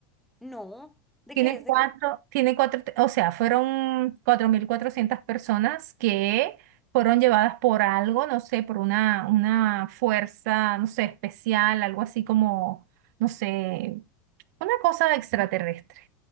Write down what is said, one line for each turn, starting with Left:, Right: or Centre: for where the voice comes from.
Centre: no, ¿de
Right: Tiene
Centre: qué es?
Right: cuatro,
Centre: ¿De qué?
Right: tiene cuatro, te- o sea, fueron 4400 personas que fueron llevadas por algo, no sé, por una, una fuerza, no sé, especial, algo así como, no sé, una cosa extraterrestre.